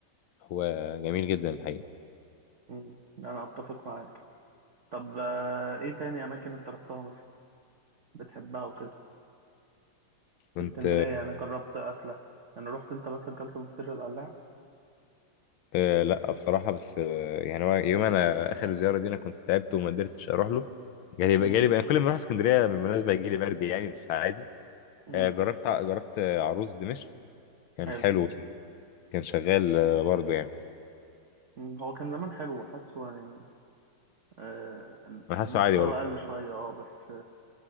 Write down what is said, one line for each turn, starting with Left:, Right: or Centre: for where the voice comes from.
Left: هو جميل جدا الحقيقة
Right: مم. انا اتفق معاك طب آه، ايه تاني اماكن انت رحتها مثلا بتحبها وكده
Left: كنت
Right: في اسكندرية يعني جربت اكلة يعني رحت انت مثلا اكلت من فطير القلاع
Left: آه لا بصراحة بس آه يعني هو يوم انا اخر زيارة دي انا كنت تعبت وما قدرتش اروح له جالي
Right: مم.
Left: جالي بقى كل ما اروح اسكندرية بالمناسبة يجي لي برد يعني بس عادي
Right: مم.
Left: آه جربت ع- جربت آه، عروس دمشق كان
Right: حلو
Left: حلو كان شغال آه برضه يعني
Right: مم. هو كان زمان حلو حاسه يعني آه،
Left: انا
Right: المستوى
Left: حاسه عادي برضه
Right: قل شوية اه بس